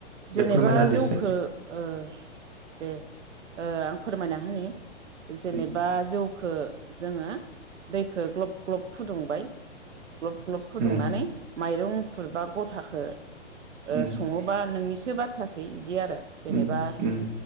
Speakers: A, on the right; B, on the right.
A: दे
B: जेनेबा
A: फोरमायना होदो
B: जौखो
A: एसे
B: ओ दे ओ आं फोरमायना होनि जेनेबा
A: उम
B: जौखो जोङो दैखो ग्लब ग्लब फुदुंबाय ग्लब ग्लब फुदुंनानै
A: उम
B: माइरंखुरबा गथाखो ओ
A: उम
B: सङोबा नोंनिसो बाथ्रासै इदि आरो जेनेबा
A: उम उम